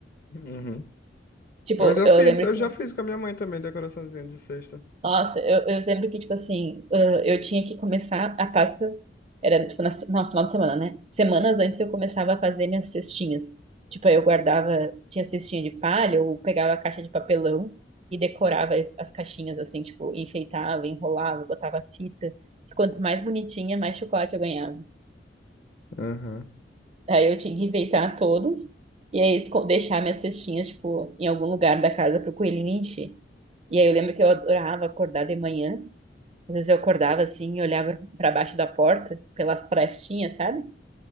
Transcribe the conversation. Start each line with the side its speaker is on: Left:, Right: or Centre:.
Left: Uhum.
Right: Tipo,
Left: Eu já
Right: eu
Left: fiz,
Right: lembro
Left: eu
Right: que
Left: já fiz com a minha mãe também, decoraçãozinha de cesta.
Right: Nossa, eu, eu lembro que, tipo assim, eh, eu tinha que começar a Páscoa, era tipo na, se- não, final de semana, né? Semanas antes eu começava a fazer minhas cestinhas. Tipo, aí eu guardava, tinha cestinha de palha, eu pegava a caixa de papelão e decorava as caixinhas, assim, tipo, enfeitava, enrolava, botava fita. Quanto mais bonitinha, mais chocolate eu ganhava.
Left: Aham.
Right: Aí eu tinha que enfeitar todos e aí co- deixar minhas cestinhas, tipo, em algum lugar da casa pro coelhinho encher. E aí eu lembro que eu adorava acordar de manhã. Às vezes eu acordava assim, e olhava para baixo da porta, pela frestinha, sabe?